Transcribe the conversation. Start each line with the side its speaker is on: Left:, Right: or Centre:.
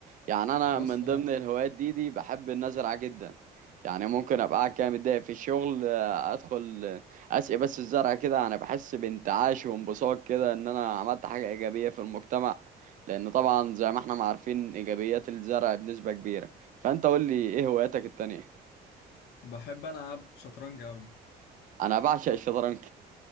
Right: يعني انا
Left: بص
Right: من
Left: انا
Right: ضمن الهوايات دي دي بحب النزرعة جدا يعني ممكن ابقى قاعد كده متضايق في الشغل آه، ادخل آه، اسقي بس الزرع كده انا بحس بانتعاش وانبساط كده ان انا عملت حاجة ايجابية في المجتمع لان طبعا زي ما احنا ما عارفين ايجابيات الزرع بنسبة كبيرة فانت قول لي ايه هواياتك التانية
Left: بحب العب شطرنج قوي
Right: انا بعشق الشطرنج